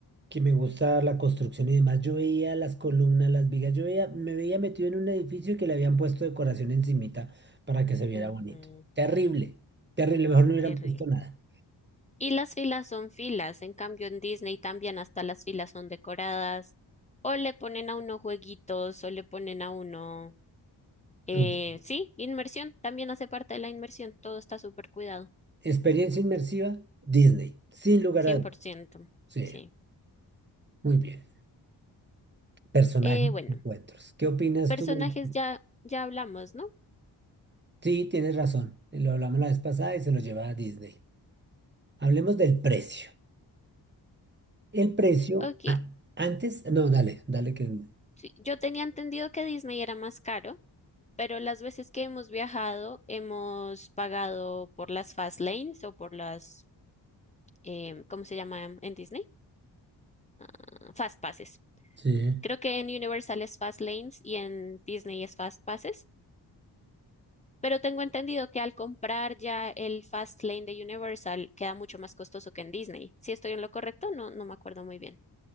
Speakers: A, on the right; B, on the left.
A: que me gusta la construcción y demás, yo veía las columnas, las vigas, yo veía, me veía metido en un edificio que le habían puesto decoración encimita para que se viera
B: Ujú,
A: bonito. Terrible, terrible, mejor no hubieran
B: terrible.
A: puesto nada.
B: Y las filas son filas, en cambio en Disney también hasta las filas son decoradas, o le ponen a uno jueguitos, o le ponen a uno, eh,
A: Ok.
B: sí, inmersión, también hace parte de la inmersión, todo está súper cuidado.
A: Experiencia inmersiva, Disney, sin lugar
B: cien
A: a dudas.
B: por ciento
A: Sí,
B: sí.
A: muy bien. Personajes,
B: Eh, bueno,
A: encuentros. ¿Qué opinas
B: personajes
A: tú? del-
B: ya, ya hablamos, ¿no?
A: Sí, tienes razón. Lo hablamos la vez pasada y se lo lleva a Disney. Hablemos del precio. El precio,
B: Ok,
A: ah, antes, no, dale, dale que...
B: sí, yo tenía entendido que Disney era más caro, pero las veces que hemos viajado hemos pagado por las fast lanes o por las, em, ¿cómo se llama en Disney? Ah, Fast passes.
A: Sí.
B: Creo que en Universal es fast lanes y en Disney es fast passes. Pero tengo entendido que al comprar ya el Fast Lane de Universal queda mucho más costoso que en Disney. Si estoy en lo correcto, no, no me acuerdo muy bien.